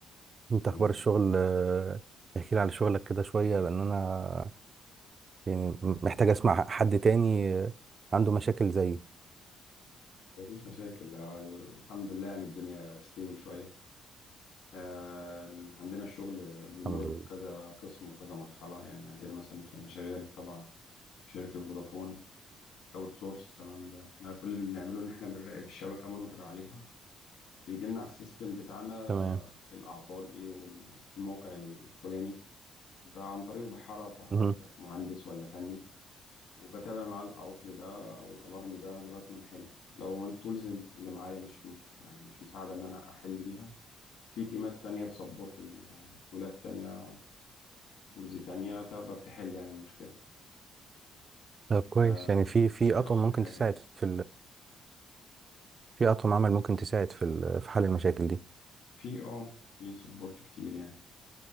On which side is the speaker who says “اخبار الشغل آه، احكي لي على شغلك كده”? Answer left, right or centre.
Right